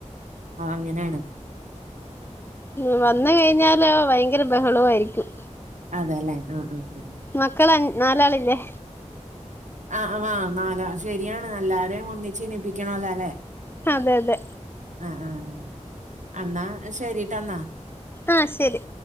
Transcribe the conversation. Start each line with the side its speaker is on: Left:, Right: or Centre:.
Right: ആഹ് അങ്ങനാണ്
Left: മ്മ് വന്ന കഴിഞ്ഞാലോ ഭയങ്കര ബഹളവു ആരിക്കും.
Right: അതെല്ലേ ഉം ഉം ഉം
Left: മക്കള ആ നാലാളില്ലെ
Right: ആഹ് അ വാ നാലാ ശരിയാണ് എല്ലാരെയും ഒന്നിച്ച് ണിപ്പിക്കണലല്ലെ
Left: അതെ അതെ
Right: അഹ്‌ ആഹ് അന്നാ ശരിട്ട്ന്നാ.
Left: ആഹ് ശരി